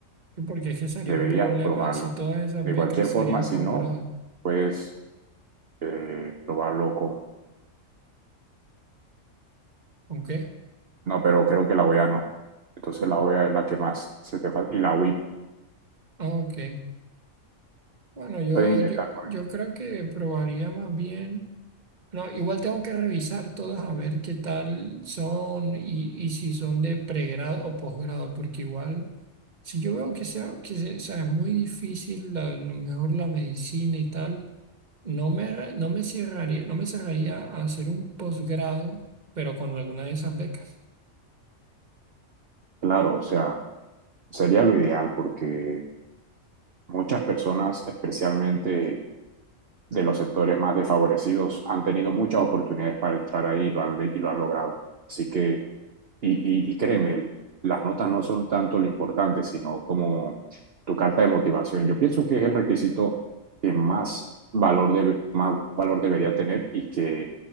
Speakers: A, on the right; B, on the right.
A: Sí, porque es que sería
B: Deberías
A: un problema
B: probarlo.
A: si todas esas
B: De
A: becas
B: cualquier
A: serían
B: forma, si
A: posgrado.
B: no, puedes eh, probarlo con...
A: ¿Ok?
B: No, pero creo que la OEA no. Entonces la OEA es la que más se te falta. Y la WIP
A: Ah, Ok. Bueno, yo,
B: puedes intentar
A: yo,
B: con
A: yo
B: él.
A: creo que probaría más bien. No, igual tengo que revisar todas a ver qué tal son y, y si son de pregrado o posgrado, porque igual, si yo veo que sea, que se- o sea, es muy difícil, la- a lo mejor la medicina y tal, no me, re- no me cerraría, no me cerraría a hacer un posgrado, pero con alguna de esas becas.
B: Claro, o sea, sería lo ideal porque muchas personas, especialmente de los sectores más desfavorecidos han tenido muchas oportunidades para entrar ahí y lo han, y lo han logrado. Así que, y, y, y créeme, las notas no son tanto lo importante, sino como tu carta de motivación. Yo pienso que es el requisito que más valor, de, más valor debería tener y que